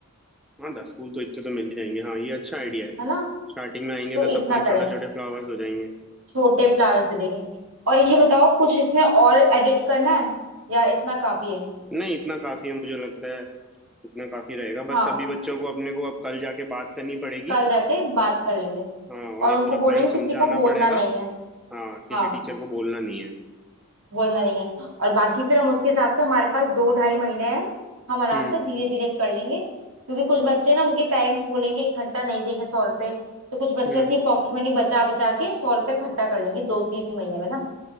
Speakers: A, in the centre; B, on the right.
A: हाँ दस फूल तो इतने तो मिल ही जाएंगे हाँ ये अच्छा आइडिया है
B: है ना
A: स्टार्टिंग में आएंगे
B: तो
A: तो सबको
B: इतना
A: एक छोटे
B: करें
A: छोटे फ्लावर्स हो जाएंगे
B: छोटे फ्लावर्स दे देंगे और ये बताओ कुछ इसमें और एडिट करना है या इतना काफी है
A: नहीं इतना काफी है मुझे लगता है इतना काफी रहेगा
B: हाँ
A: बस सभी बच्चों को अपने को अब कल जाके बात करनी पड़ेगी
B: कल जाके बात कर लेंगे
A: हाँ और
B: और
A: ये
B: उनको
A: पूरा प्लान
B: बोलेंगे
A: समझाना
B: किसी को बोलना
A: पड़ेगा
B: नहीं है
A: हाँ किसी
B: हाँ
A: टीचर को बोलना नहीं है
B: बोलना नहीं है और बाकी फिर हम उसके हिसाब से हमारे पास दो ढाई महीने हैं हम आराम
A: हम्म
B: से धीरे धीरे कर लेंगे क्योंकि कुछ बच्चे ना उनके पेरेंट्स बोलेंगे इकट्ठा नहीं देंगे सौ रुपए तो कुछ बच्चे
A: हम्म
B: अपनी पॉकेट मनी बचा बचा के सौ रुपए इकट्ठा कर लेंगे दो तीन महीने में ना